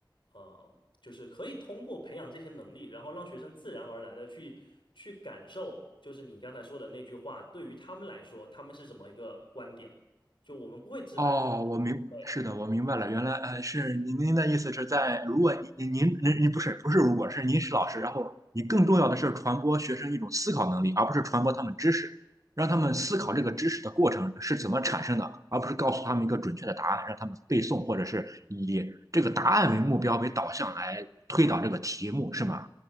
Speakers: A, on the left; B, on the right.
A: 呃，就是可以通过培养这些能力，然后让学生自然而然的去去感受，就是你刚才说的那句话，对于他们来说，他们是什么一个观点？就我们不会直白的。
B: 哦，我明，
A: 对。
B: 是的，我明白了，原来呃是您您的意思是在，如果您您您您不是不是，如果是您是老师，然后你更重要的是传播学生一种思考能力，而不是传播他们知识，让他们思考这个知识的过程是怎么产生的，而不是告诉他们一个准确的答案，让他们背诵，或者是以这个答案为目标为导向来推导这个题目，是吗？